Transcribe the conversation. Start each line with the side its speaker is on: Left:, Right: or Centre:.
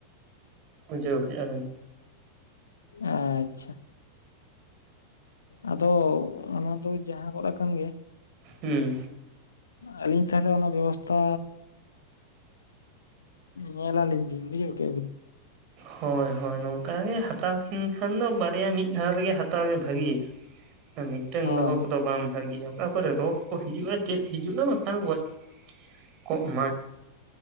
Right: ᱵᱩᱡᱷᱟᱹᱣ ᱠᱮᱜᱼᱟ ᱵᱤᱱ?
Left: ᱟᱪᱪᱷᱟ ᱟᱫᱚ ᱚᱱᱟ ᱫᱚ ᱡᱟᱦᱟᱸ ᱜᱚᱫ ᱟᱠᱟᱱ ᱜᱮ
Right: ᱦᱩᱸ
Left: ᱟᱸ ᱟᱹᱞᱤᱧ ᱛᱟᱞᱦᱮ ᱚᱱᱟ ᱵᱮᱵᱚᱥᱛᱟᱻ ᱧᱮᱞᱟ ᱞᱤᱧ ᱵᱤᱱ ᱵᱩᱡᱷᱟᱹᱣ ᱠᱮᱜᱼᱟ ᱵᱤᱱ?
Right: ᱦᱚᱭ ᱦᱚᱭ ᱱᱚᱝᱠᱟ ᱜᱮ ᱦᱟᱛᱟᱣ ᱠᱤᱱ ᱠᱷᱟᱱ ᱫᱚ ᱵᱟᱨᱭᱟ ᱢᱤᱫ ᱫᱷᱟᱣ ᱨᱮᱜᱮ ᱦᱟᱛ ᱛᱟᱣ ᱜᱮ ᱵᱷᱟᱹᱜᱤ ᱢᱤᱫᱴᱮᱱ
Left: ᱦᱳᱭ
Right: ᱫᱚᱦᱚᱸ ᱠᱚ ᱫᱚ ᱵᱟᱝ ᱵᱷᱟᱜᱤᱭᱟ᱾ ᱚᱠᱟ ᱠᱚᱨᱮ ᱨᱳᱜᱽ ᱠᱚ ᱦᱤᱡᱩᱜᱼᱟ ᱪᱮᱫ ᱦᱤᱡᱩᱜᱼᱟ ᱵᱟᱠᱷᱟᱱ ᱜᱚᱡ ᱠᱚᱜ ᱢᱟ᱾